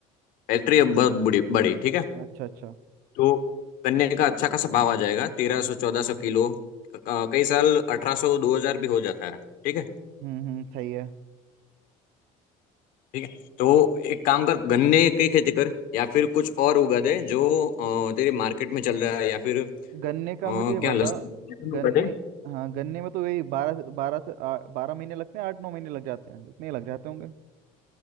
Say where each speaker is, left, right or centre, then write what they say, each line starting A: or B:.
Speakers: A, on the left; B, on the right.
A: फैक्ट्री अब बहुत बड़ी बड़ी ठीक है
B: अच्छा अच्छा
A: तो गन्ने का अच्छा खासा भाव आ जाएगा तेरह सौ चौदह सौ किलो अ, कई साल अठारह सौ दो हजार भी हो जाता है ठीक है
B: हम्म हम्म सही है
A: ठीक है तो एक काम कर गन्ने की खेती कर या फिर कुछ और उगा दे जो अ, तेरे मार्केट में चल रहा है या फिर अ,
B: गन्ने का
A: क्या
B: मुझे ये बता
A: लहसुन लहसुन
B: गन्ने
A: उगा दे
B: हाँ गन्ने में तो यही बारह बारह से- आ- बारह महीने लगते हैं आठ नौ महीने लग जाते हैं इतने ही लग जाते होंगे